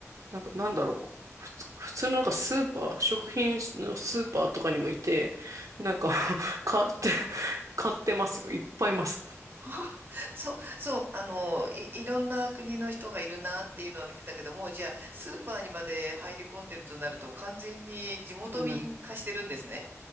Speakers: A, on the right (about 80°); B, on the right (about 45°).
A: なんか、なんだろう。普通、普通のなんかスーパー、食品のスーパーとかにもいて、なんか <laughs> 買って、買ってますよ。いっぱいいます。
B: はあそう、そう。あの、い、いろんな国の人がいるなっていうのは見てたけども、じゃあ、スーパーにまで入り込んでるとなると、完全に地元民化してるんですね。
A: うん。